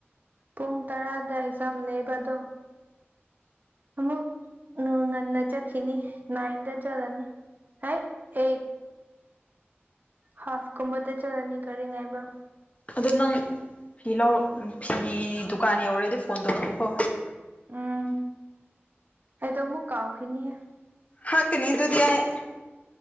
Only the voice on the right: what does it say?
ꯄꯨꯡ ꯇꯔꯥꯗ ꯑꯦꯛꯖꯥꯝ ꯂꯩꯕ ꯑꯗꯣ ꯑꯃꯨꯛ ꯉꯟꯅ ꯆꯠꯈꯤꯅꯤ ꯅꯥꯏꯟꯗ ꯆꯠꯂꯅꯤ ꯍꯥꯏꯠ ꯑꯩꯠ ꯍꯥꯐ ꯀꯨꯝꯕꯗ ꯆꯥꯠꯂꯅꯤ ꯒꯥꯔꯤ ꯉꯥꯏꯕ
ꯎꯝ ꯑꯩꯗꯣ ꯃꯨꯛ ꯀꯥꯎ ꯈꯤꯅꯤꯍꯦ